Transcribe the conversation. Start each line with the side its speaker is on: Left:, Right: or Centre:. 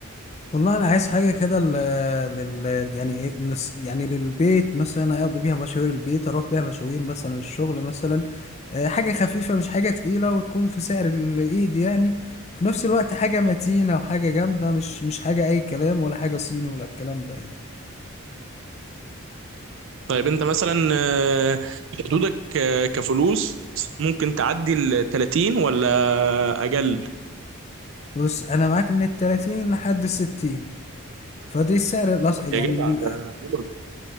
Left: والله انا عايز حاجه كده لل... لل... يعني إيه- للس- يعني للبيت مثلا اقضي بيها مشاوير البيت اروح بيها مشاوير مثلا الشغل مثلا آه، حاجه خفيفه مش حاجه تقيله وتكون في سعر الايد يعني في نفس الوقت حاجه متينه وحاجه جامده مش مش حاجه اي كلام ولا حاجه صيني ولا الكلام ده يعني
Right: طيب انت مثلا آه، حدودك آه، كفلوس ممكن تعدي ال 30 ولا اجل
Left: بص انا معاك من التلاتين لحد الستين فدي السعر الأس... يعني
Right: يا جدع
Left: ال-
Right: ده حلو ده.